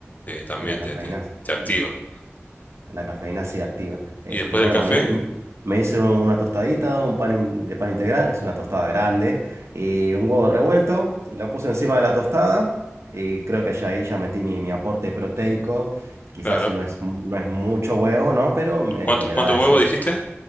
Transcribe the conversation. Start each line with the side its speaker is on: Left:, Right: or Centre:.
Left: eh, también
Right: y la cafeína.
Left: te, te, te activa.
Right: mm, La cafeína sí activa. Este,
Left: Y después del
Right: bueno,
Left: café,
Right: me, me- hice una tostadita, un pan in- de pan integral, es una tostada grande, y un huevo revuelto, y lo puse encima de la tostada, y creo que ya ahí ya metí mi, mi aporte proteico. Quizás
Left: claro.
Right: no es, mu- no es mucho huevo, ¿no? Pero me,
Left: ¿Cuánto,
Right: me
Left: cuánto
Right: da
Left: huevo
Right: ese.
Left: dijiste?